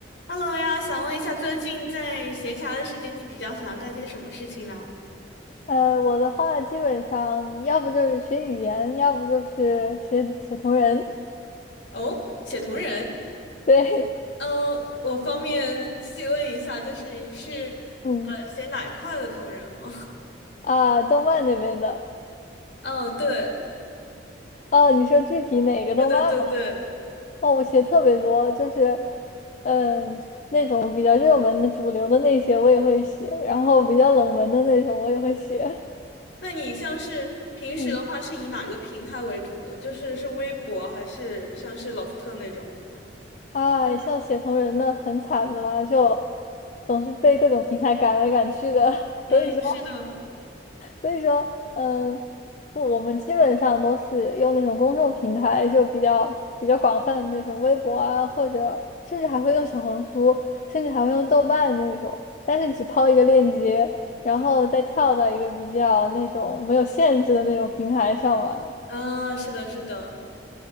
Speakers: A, on the left; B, on the left.
A: Hello 呀，想问一下，最近在闲暇的时间，你比较想要干些什么事情呢？
B: 呃，我的话基本上要不就是学语言，要不就是写写同人。
A: 哦，写同人，
B: 对，
A: 嗯，我方便细问一下，就是你是
B: <laughs> 嗯
A: 呃写哪一块的同人吗？
B: 啊，动漫那边的。
A: <laughs> 嗯，对，
B: 哦，你说具体哪个动漫吗？
A: 对对对对。
B: 哦，我写特别多，就是嗯那种比较热门的、主流的那些我也会写，然后比较冷门的那种我也会写。
A: 那你像是平时的话，
B: 嗯
A: 是以哪一个平台为主的？就是是微博还是像是老福特那种？
B: 啊，像写同人的很惨的啦，就总是被各种平台赶来赶去的，<laughs> 所以说。
A: 嗯，是的。
B: 所以说，嗯，不，我们基本上都是用那种公众平台，就比较比较广泛的那种微博啊，或者甚至还会用小红书，甚至还会用豆瓣那种，但是只抛一个链接，然后再跳到一个比较那种没有限制的那种平台上玩。
A: 啊，是的，是的，